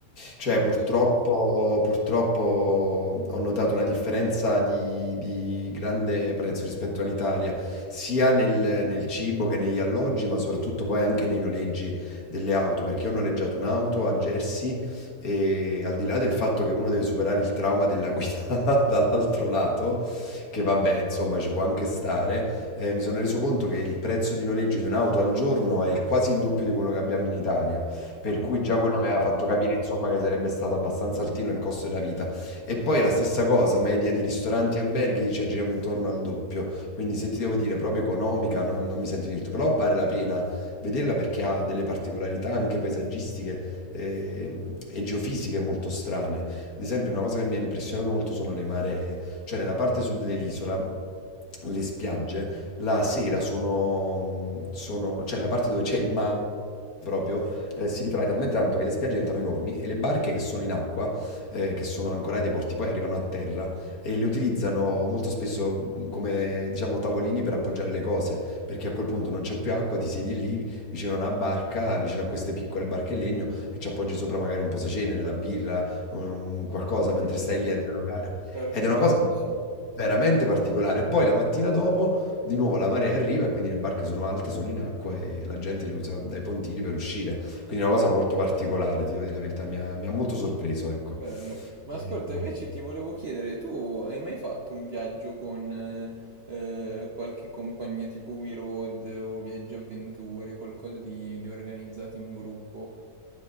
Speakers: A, on the left (about 55°); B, on the right (about 50°).
A: Cioè, purtroppo,
B: Sì.
A: purtroppo ho notato una differenza di, di grande prezzo rispetto all'Italia, sia nel, nel cibo che negli alloggi, ma soprattutto poi anche nei noleggi delle auto, perché io ho noleggiato un'auto a Jersey e al di là del fatto che uno deve superare il trauma della guida <laughs> dall'altro lato, che vabbè, insomma, ci può anche stare, eh, mi sono reso conto che il prezzo di noleggio di un'auto al giorno è quasi il doppio di quello che abbiamo in Italia, per
B: Mm.
A: cui già quello mi aveva fatto capire, insomma, che sarebbe stato abbastanza altino il costo della vita. E poi la stessa cosa, media di ristoranti e alberghi ci aggiriamo intorno al doppio, quindi se ti devo dire proprio economica, non, non mi sento di dirti, però vale la pena vederla perché ha delle particolarità anche paesaggistiche ehm, e geofisiche molto strane. Ad esempio, una cosa che mi ha impressionato molto sono le maree, cioè nella parte sud dell'isola. Le spiagge la sera sono, sono- cioè la parte dove c'è il mare proprio, eh, si ritrae talmente tanto che le spiagge diventano enormi e le barche che sono in acqua, eh, che sono ancorate ai porti, poi arrivano a terra e le utilizzano molto spesso mh, come, diciamo, tavolini per appoggiare le cose, perché a quel punto non c'è più acqua, ti siedi lì vicino a una barca, vicino a queste piccole barche in legno e ci appoggi sopra magari un posacenere, la birra, un- qualcosa mentre
B: Pensa
A: stai
B: te,
A: lì a dialogare.
B: particolarissimo,
A: Ed è una cosa veramente particolare. E poi la mattina dopo di nuovo la marea arriva e quindi le barche sono alte, sono in acqua e la gente le usa dai pontili per uscire. Quindi è una cosa molto particolare, ti devo dire la verità, mi ha, mi ha molto sorpreso, ecco.
B: bello. Ma
A: E-
B: ascolta, invece ti volevo chiedere, tu hai mai fatto un viaggio con eh, eh, qualche compagnia tipo We Road o Viaggi Avventure, qualcosa di, di organizzato in gruppo?